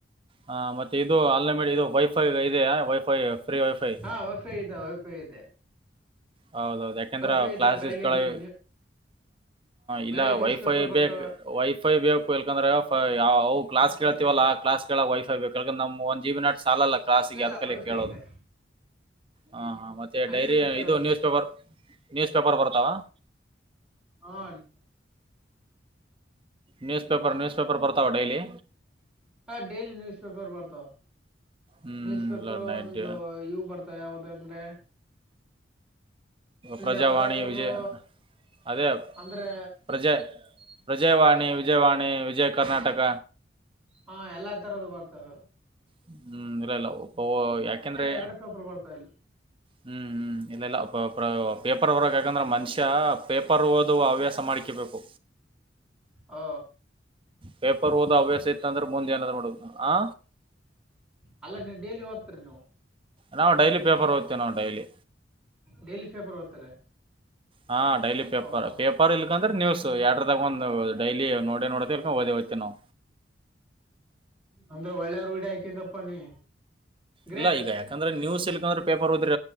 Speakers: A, on the right; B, in the centre.
A: ಹಾ ಮತ್ತೆ ಇದು ಅನ್ಲಿಮಿಟ ಇದು ವೈಫೈ ಇದೆಯಾ ವೈಫೈ. ಫ್ರೀ ವೈಫೈ
B: ಹಾ ವೈಫೈ ಇದೆ ವೈಫೈ ಇದೆ.
A: ಹೌದ ಹೌದ ಯಾಕೆಂದ್ರೆ
B: ವೈಫೈ ಇದೆ
A: ಕ್ಲಾಸ್
B: ಬೆಳಿಗ್ಗೆ
A: ಗ್ಲಿಸ್ ಕೆಲವ್
B: ನೀವು ನೀವು ಬೆಳಿಗ್ಗೆ
A: ಇಲ್ಲ
B: ನ್ಯೂಸ್
A: ವೈಫೈ
B: ಪೇಪರ್ ಬರ್ತವೆ
A: ಬೇಕ ವೈಫೈ ಬೇಕ ಇಲ್ಕಂದ್ರೆ ಅವು ಕ್ಲಾಸ್ ಕೇಳ್ತವಲ್ಲಾ ಕ್ಲಾಸ್ ಕೇಳಕ್ ವೈಫೈ ಬೇಕ್ ಇಕಂದ್ರ ನಮ್ ಒಂದ ಜಿಬಿ ನಾಟ್ ಸಾಲಲ್ಲ ಕ್ಲಾಸ್ಗೆ
B: ಇಲ್ಲ ಇಲ್ಲ
A: ಅದಕಲ್ಲಿ
B: ವೈಫೈ
A: ಕೇಳೋದು
B: ಇದೆ
A: ಹಾ ಹಾ ಮತ್ತೆ
B: ಅನ್ಲಿಮಿಟೆಡ್
A: ಡೈಲಿ ಇದು
B: wifi
A: news paper news paper ಬರುತ್ತಾವ.
B: ಹಾ
A: ನ್ಯೂಸ್ ಪೇಪರ್ ನ್ಯೂಸ್ ಪೇಪ ಬರ್ತಾವ ಡೈಲಿ.
B: ಹ ಡೈಲಿ ನ್ಯೂಸ್ ಪೇಪರ್ ಬರ್ತಾವ
A: ಹ್ಮ್
B: ನ್ಯೂಸ್ ಪೇಪರ್
A: ಇಲ್ಲ ನೈಟ್
B: ಒಂದೊಂದು ಇವು ಬರ್ತಾವ ಯಾವದಂದರೆ.
A: ಪ್ರಜಾವಾಣಿ
B: ಯಾವ್ದಾದ್ರು
A: ವಿಜಯ ಅದೇ
B: ಅಂದ್ರೆ
A: ಪ್ರಜೆ. ಪ್ರಜಾವಾಣಿ ವಿಜವಾಣಿ ವಿಜಯ ಕರ್ನಾಟಕ.
B: ಹಾ ಎಲ್ಲಾ ತರದ ಬರ್ತವ.
A: ಹ್ಮ ಮಿರಲ್ಲ ಓ ಯಾಕೆಂದ್ರೆ
B: ಎರಡು ಪೇಪರ್ ಬರ್ತಾವ ಇಲ್ಲಿ
A: ಹ್ಮ ಹ್ಮ ಇನಲ್ಲ ಪ್ರಾ ಪೇಪರ್ ಹೊರಗ ಹಾಕಂದ್ರ ಮನ್ಷ್ಯ ಷ ಪೇಪರ್ ಓದುವ ಹವ್ಯಾಸ ಮಾಡ್ಕಬೇಕು.
B: ಅ
A: ಪೇಪರ್ ಓದ ಹವ್ಯಾಸ ಇತ್ತ ಅಂದ್ರ ಮುಂದ ಏನ್ರ ಮಾಡುದ ಹಾ
B: ಅಲ್ಲ ನೀ ಡೈಲಿ ಓದ್ತರಿ ನೀವು.
A: ನಾವ ಡೈಲಿ ಪೇಪರ್ ಓತ್ತಿವ ನಾವ ಡೈಲಿ.
B: ಡೈಲಿ ಪೇಪರ್ ಓದ್ತೀರಿ
A: ಹಾ ಡೈಲಿ ಪೇಪರ್
B: ಓಹೋ
A: ಪೇಪರ್ ಇಲ್ಕಂದ್ರ ನ್ಯೂಸ್ ಯಡರದಾಗ ಒಂದ ಡೈಲಿ ನೋ ನೋಡ ಇಲ್ಕೊಂಡ ಓದ ಓತ ನಾವ
B: ಅಂದ್ರ ಒಳ್ಳೆ ರೂಡಿ ಹಾಕಿಂದಪ್ಪ ನೀ. ಗ್ರೇಟ್
A: ಇಲ್ಲ ಈಗ ಯಾಕಂದ್ರ ನ್ಯೂಸ್ ಇಲ್ಕಂದ್ರ ಪೇಪರ್ ಓದ್ರಿ